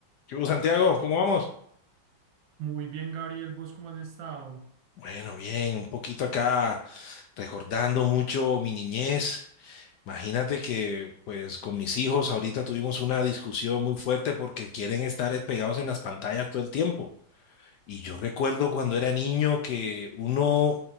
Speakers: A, on the left; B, on the right.
A: ¿Qué hubo, Santiago? ¿Cómo vamos?
B: Muy bien, Gabriel, ¿vos cómo has estado?
A: Bueno, bien, un poquito acá recordando mucho mi niñez. Imagínate que pues con mis hijos ahorita tuvimos una discusión muy fuerte porque quieren estar es pegados en las pantallas todo el tiempo. Y yo recuerdo cuando era niño que uno